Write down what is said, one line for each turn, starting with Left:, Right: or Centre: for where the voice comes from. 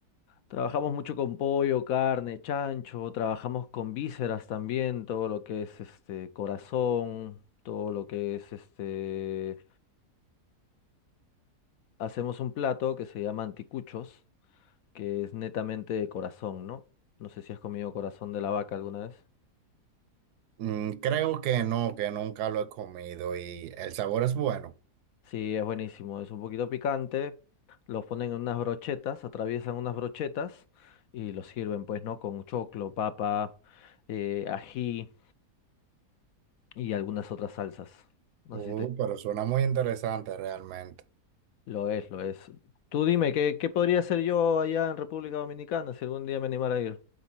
Left: Trabajamos mucho con pollo, carne, chancho, trabajamos con vísceras también, todo lo que es este corazón, todo lo que es este. Hacemos un plato que se llama anticuchos, que es netamente de corazón, ¿no? No sé si has comido corazón de la vaca alguna vez.
Right: Mm, creo que no, que nunca lo he comido y el sabor es bueno,
Left: Sí, es buenísimo, es un poquito picante, los ponen en unas brochetas, atraviesan unas brochetas y los sirven, pues, ¿no? Con choclo, papa, eh, ají y algunas otras salsas. No
Right: Uh,
Left: sé si te-
Right: pero suena muy interesante realmente.
Left: Lo es, lo es. Tú dime, ¿qué, qué podría hacer yo allá en República Dominicana si algún día me animara a ir?